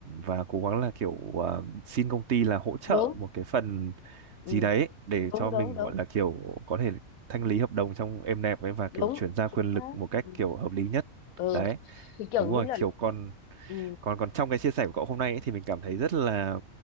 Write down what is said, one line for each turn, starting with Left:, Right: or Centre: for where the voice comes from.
Right: và cố gắng là kiểu à, xin công ty là hỗ trợ
Left: đúng
Right: một cái phần gì
Left: Ừ.
Right: đấy để cho
Left: đúng đúng
Right: mình
Left: đúng
Right: gọi là kiểu có thể thanh lý hợp đồng trong êm đẹp ấy và kiểu
Left: đúng
Right: chuyển giao
Left: chính
Right: quyền lực
Left: xác
Right: một cách
Left: ừ.
Right: kiểu hợp lý nhất.
Left: ừ
Right: Đấy,
Left: thì kiểu
Right: đúng rồi,
Left: như là
Right: kiểu còn
Left: ừ
Right: còn còn trong cái chia sẻ của cậu hôm nay ấy, thì mình cảm thấy rất là